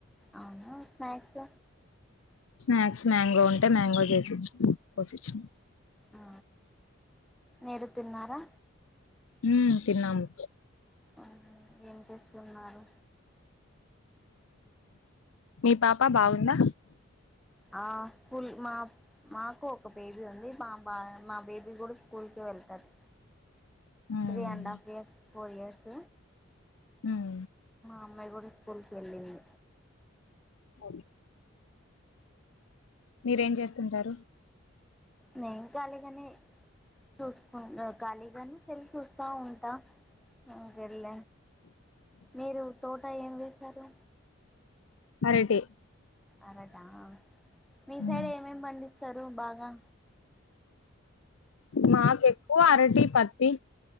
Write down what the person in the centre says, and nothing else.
అవునా స్నాక్స్
ఆ మీరు తిన్నారా
ఆ, ఏం చేస్తున్నారు
ఆ స్కూల్ మా మాకు ఒక బేబీ ఉంది మా బా మా బేబీ కూడా స్కూల్కే వెళ్తది
three and half years four years
ఆమె కూడా స్కూల్కి వెళ్ళింది
నేను ఖాళీగానే చూసుకుంట ఖాళీగానే సెల్ చూస్తా ఉంటా ఉ వెళ్ళ మీరు తోట ఏమి వేసారు
అరటా మీ
సైడ్ ఏమేమ్ పండిస్తారు బాగా